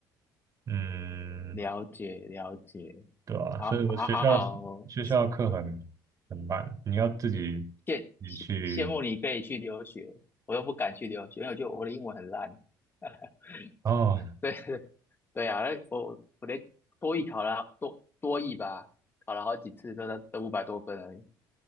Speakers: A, on the right; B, on the left.
A: 嗯，
B: 了解了解，
A: 对啊，
B: 好，
A: 所以我学校学校课很很烂，
B: 好，好，好，我
A: 你要自己
B: 羡羡羡慕你可以去留学，
A: 你去
B: 我又不敢去留学，因为就我的英文很烂。<laughs>
A: 哦，
B: 对对对啊，那我我连多译考了多多译吧，考了好几次都在都五百多分而已，